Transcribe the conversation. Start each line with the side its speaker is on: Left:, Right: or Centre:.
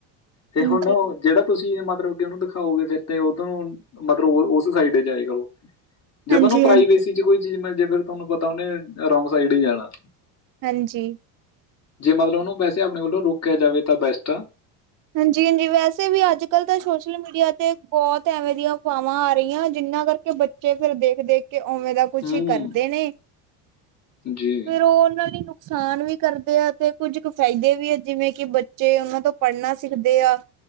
Left: ਤੇ
Right: ਹਾਂਜੀ,
Left: ਹੁਣ ਜਿਹੜਾ ਤੁਸੀਂ ਮਤਲਬ ਕਿ ਉਹਨੂੰ ਦਿਖਾਓਗੇ ਕਿਤੇ ਉਹਧੋਂ ਨੂੰ ਮਤਲਬ ਾਈਡ ਜਾਏਗਾ, ਉਹ ਜੇ
Right: ਹਾਂਜੀ,
Left: ਤੁਹਾਨੂੰ ਪ੍ਰਾਈਵੇਸੀ
Right: ਹਾਂਜੀ,
Left: ਚ ਕੋਈ ਚੀਜ਼ ਮਿਲਜੇ ਫੇਰ ਤੁਹਾਨੂੰ ਪਤਾ ਉਹਨੇ ਰੋਂਗ ਸਾਈਡ ਹੀ ਜਾਣਾ।
Right: ਹਾਂਜੀ।
Left: ਜੇ ਮਤਲਬ ਉਹਨੂੰ ਵੈਸੇ ਆਪਣੇ ਵੱਲੋਂ ਰੋਕਿਆ ਜਾਵੇ ਤਾਂ ਬੈਸਟ ਆ।
Right: ਹਾਂਜੀ- ਹਾਂਜੀ, ਵੈਸੇ ਵੀ ਅੱਜ ਕੱਲ ਤਾਂ ਸੋਸ਼ਲ ਮੀਡੀਆ ਤੇ ਬਹੁਤ ਐਵੇਂ ਦੀਆਂ ਹਵਾਵਾਂ ਆ ਰਹੀਆਂ, ਜਿਨਾਂ ਕਰਕੇ ਬੱਚੇ ਫਿਰ ਦੇਖ- ਦੇਖ ਕਿ ਉਵੇਂ ਦਾ ਕੁਛ
Left: ਹੂੰ
Right: ਹੀ ਕਰਦੇ ਨੇ,
Left: ਜੀ
Right: ਫਿਰ ਉਹ ਉਹਨਾਂ ਨੇ ਨੁਕਸਾਨ ਵੀ ਕਰਦੇ ਆ, ਤੇ ਕੁੱਝ ਕੁ ਫਾਇਦੇ ਵੀ ਆ ਜਿਵੇਂ ਕਿ ਬੱਚੇ ਉਹਨਾਂ ਤੋਂ ਪੜ੍ਹਨਾ ਸਿੱਖਦੇ ਆ।